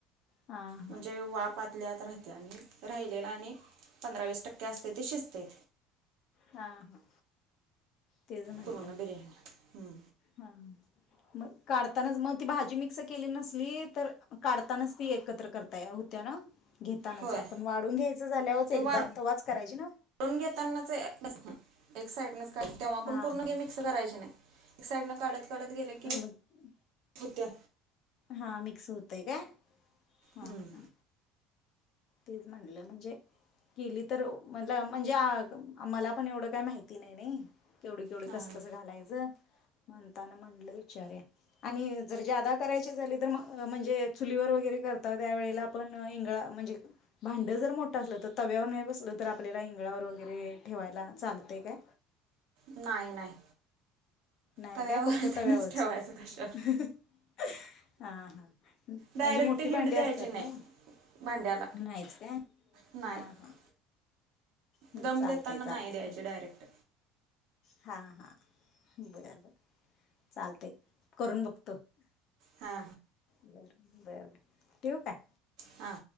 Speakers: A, on the left; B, on the right.
A: हा हा
B: म्हणजे वाप आत आतल्या आत राहतेय आणि राहिलेलं आणि पंधरा वीस टक्के असतय ते शिजतय
A: हा हा तेच म्हटलं
B: कोरोना <unintelligible> हूं
A: हा मग काढतानाच मग ती भाजी मिक्स केली नसली तर काढतानाच ती एकत्र करता होत्या ना घेतानाच
B: होय
A: आपण वाढून घ्यायचं झाल्यावरच
B: ते
A: एकदा
B: वाढून
A: तवाच करायची ना
B: घेतानाच हं. एक साईडनच तेव्हा
A: हा
B: पण पूर्ण
A: हा
B: काय मिक्स करायचे नाय साईड न काढत कडत गेलं की
A: मग
B: होत्या
A: हा मिक्स होतय काय? हूं
B: हं.
A: हूं तेच म्हणलं म्हणजे केली तर म्हणल म्हणजे मला पण एवढं काय माहिती नाही नाय केवढी केवढी
B: हां.
A: कसं कसं घालायचं म्हणताना म्हटलं विचारेन आणि जर ज्यादा करायचे झाली तर म म्हणजे चुलीवर वगैरे करता त्यावेेळेला आपण इंगळा म्हणजे भांड जर मोठं असलं तर तव्यावर नाही बसलं तर आपल्याला इंगळावर वगैरे ठेवायला चालतय काय?
B: नाही नाही
A: नाही
B: तव्यावर
A: काय फक्त
B: त्यांनाच
A: तव्यावरच
B: ठेवायचं कशावर
A: हा हां म्हणजे
B: डायरेक्ट
A: मोठी
B: हीट
A: भांडी
B: द्यायची
A: असत्यात
B: नाही
A: नाय
B: भांड्याला
A: नाहीच काय
B: नाही
A: हा हा हूं
B: दम
A: चालतंय
B: देताना नाही
A: चालतंय
B: द्यायचे डायरेक्ट
A: हा हा <unintelligible> चालतय करून ब <inaudible>
B: हा
A: बरं बरं बरं ठेऊ का?
B: हा